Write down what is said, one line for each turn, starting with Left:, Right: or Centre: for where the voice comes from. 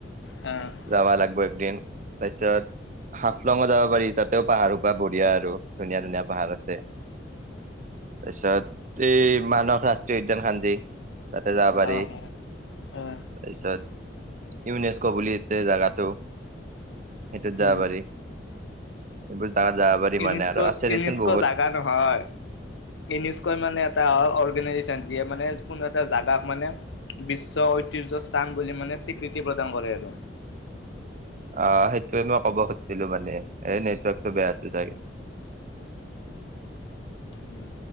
Left: আহ
Right: যাব লাগিব এদিন তাৰ পিছত হাফলঙ যাব পাৰি তাতেও পাহাৰ বা বঢ়িয়া আৰু ধুনীয়া ধুনীয়া পাহাৰ আছে। তাৰপিছত এই মানাহ ৰাষ্ট্ৰীয় উদ্যানখান যি তাতে যাব পাৰি
Left: অ অ অ
Right: তাৰপিছত, ইউনেস্কো বুলি যে জেগাটো সেইটোত
Left: উম
Right: যাব পাৰি, <unintelligible> পাৰি
Left: ইউনেস্কো,
Right: মানে আৰু আছে
Left: ইউনেস্কো
Right: দেচোন বহুত
Left: জাগা নহয়। ইউনেস্কো মানে এটা অৰ্গেনাইজেচন যিয়ে মানে কোনো এটা জেগাক মানে বিশ্ব ঐতিহ্য স্থান বুলি মানে স্বীকৃতি প্ৰদান কৰে আৰু।
Right: <inaudible> আহ সেইটোৱে মই ক'ব খুজিছিলো মানে এই নেটৱৰ্কতটো বেয়া আছিল চাগে। <unintelligible>
Left: উম',